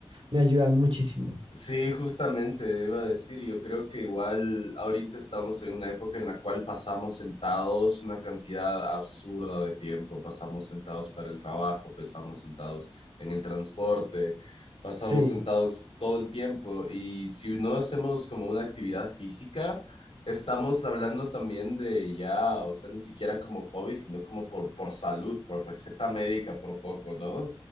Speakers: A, on the right; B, on the left.
A: me ayuda muchísimo.
B: Sí, justamente, iba a decir, yo creo que igual ahorita estamos en una época en la cual pasamos sentados una cantidad absurda de tiempo, pasamos sentados para el trabajo, pasamos sentados en el transporte, pasamos
A: Sí.
B: sentados todo el tiempo y si no hacemos como una actividad física, estamos hablando también de ya, o sea, ni siquiera como hobby, sino como por, por salud, por receta médica, por poco, ¿no?